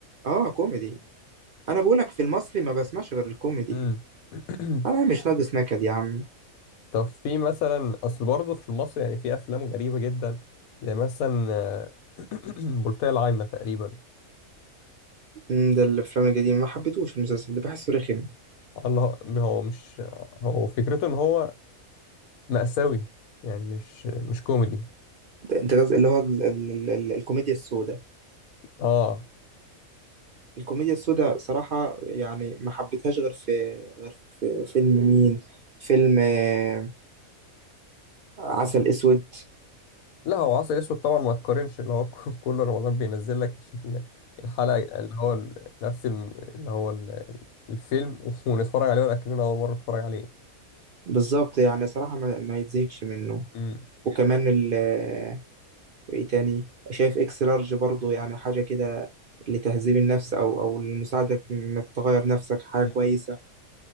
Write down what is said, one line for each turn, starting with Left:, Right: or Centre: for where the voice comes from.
Right: اه كوميدي انا بقول لك في المصري ما بسمعش غير الكوميدي
Left: امم <clears throat>
Right: انا مش ناقص نكد يا عم
Left: طب في مثلا اصل برضه في مصر يعني في افلام غريبه جدا زي مثلا آه، <clears throat> بلطية العايمه تقريبا
Right: مم، ده الافلام القديمه ما حبيتهوش المسلسل ده بحسه رخم
Left: الله هو مش هو فكرته ان هو مأساوي يعني مش مش كوميدي
Right: ده انت قصدي اللي هو ال ال ال ال الكوميديا السوداء
Left: اه
Right: الكوميديا السوداء صراحه يعني ما حبيتهاش غير في غير في فيلم مين فيلم آه، عسل اسود
Left: لا هو عسل اسود طبعا ما تقارنش اللي هو <laughs> كل رمضان بينزل لك ال- الحلقة اللي هو ال- نفس الم- اللي هو ال- الفيلم <laughs> ونتفرج عليه ولا كأننا أول مرة نتفرج عليه
Right: بالظبط يعني صراحه ما, ما يتزهقش منه
Left: امم
Right: وكمان ال آه، وايه تاني شايف اكس لارج برضه يعني حاجه كده لتهذيب النفس او او لمساعدك انك تغير نفسك حاجه
Left: امم
Right: كويسه